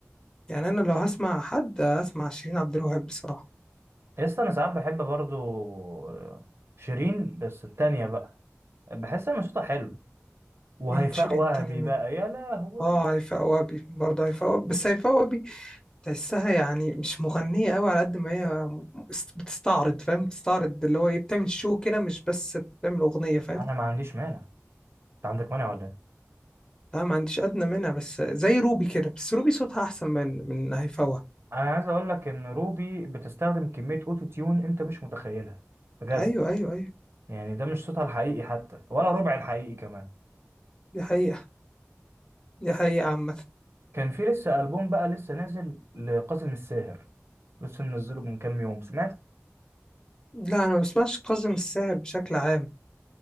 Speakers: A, on the left; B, on the right.
A: يعني انا لو هسمع حد هسمع شيرين عبد الوهاب بصراحه
B: يا اسطى انا ساعات بحب برضو آه، شيرين بس التانية بقى بحس ان صوتها حلو وهيفاء
A: مين شيرين
B: وهبي
A: التانية مين
B: بقى يا لهوي
A: اه هيفاء وهبي برضه هيفاء وهبي بس هيفاء وهبي تحسها يعني مش مغنيه قوي على قد ما هي م- است- بتستعرض فاهم بتستعرض اللي هو ايه بتعمل شو كده مش بس بتعمل اغنيه فاهم
B: انا ما عنديش مانع انت عندك مانع ولا ايه
A: لا ما عنديش ادنى منها بس زي روبي كده بس روبي صوتها احسن من من هيفاء وهبي.
B: انا عايز اقول لك ان روبي بتستخدم كمية اوتو تيون انت مش متخيلها بجد
A: ايوه ايوه ايوه
B: يعني ده مش صوتها الحقيقي حتى ولا ربع الحقيقي كمان
A: دي حقيقه دي حقيقه عامه
B: كان في لسه ألبوم بقى لسه نازل لقاسم الساهر لسه منزله من كام يوم سمعت
A: لا انا ما بسمعش كاظم الساهر بشكل عام